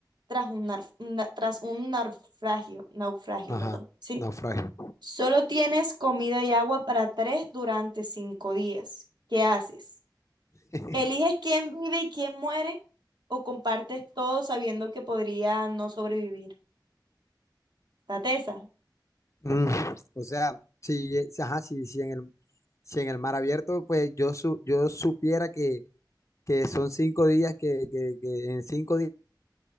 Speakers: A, on the right; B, on the left.
A: tras un, nar- na- tras un naufragio, naufragio,
B: Ajá,
A: perdón, ¿sí?
B: naufragio.
A: Solo tienes comida y agua para tres durante cinco días. ¿Qué haces?
B: <laughs>
A: ¿Eliges quién vive y quién muere o compartes todo sabiendo que podría no sobrevivir? La tesa.
B: Mm, o sea, si, eh, si- ajá, si, si en el, si en el mar abierto, pues yo, su, yo supiera que, que son cinco días que, que, que en cinco días.